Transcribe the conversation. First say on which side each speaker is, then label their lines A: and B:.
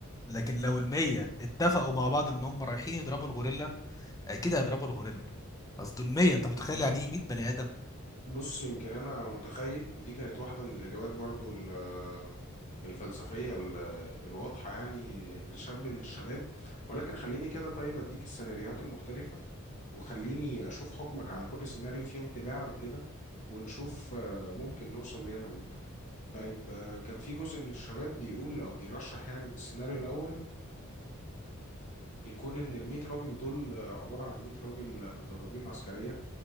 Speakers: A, on the left (about 15°); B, on the left (about 35°).
A: لكن لو المية اتفقوا مع بعض ان هم رايحين يضربوا الغوريلا اكيد هيضربوا الغوريلا اصل المية انت متخيل يعني ايه 100 بني ادم
B: بص يمكن انا متخيل ودي كانت واحده من الاجابات برضو ال- آه، الفلسفيه ال- آه، الواضحه يعني لشاب من الشباب ولكن خليني كده طيب اديك السيناريوهات المختلفه وخليني اشوف حكمك على كل سيناريو فيهم تباعا كده ونشوف آه، ممكن نوصل ليه انا وانت طيب آه، كان في جزء من الشباب بيقول او بيرشح يعني ان السيناريو الاول يكون ان ال 100 راجل دول آه، عباره عن 100 راجل آه، مدربين عسكريا